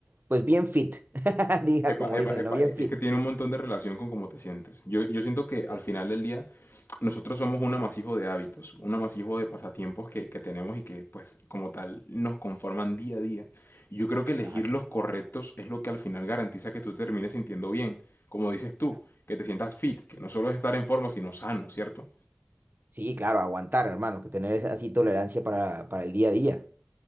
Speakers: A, on the right; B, on the left.
A: pues bien fit, <laughs> diga
B: Epa,
A: como
B: epa,
A: dicen,
B: epa,
A: ¿no? Bien
B: e-
A: fit.
B: es que tiene un montón de relación con cómo te sientes. Yo, yo siento que al
A: Sí.
B: final del día nosotros somos un amasijo de hábitos, un amasijo de pasatiempos que, que tenemos y que pues como tal nos conforman día a día. Y yo creo que
A: Exacto.
B: elegir los correctos es lo que al final garantiza que tú te termines sintiendo bien, como dices tú,
A: claro.
B: que te sientas fit, que no solo es estar en forma, sino sano, ¿cierto?
A: Sí, claro, aguantar, hermano, que tener así tolerancia para, para el día a día.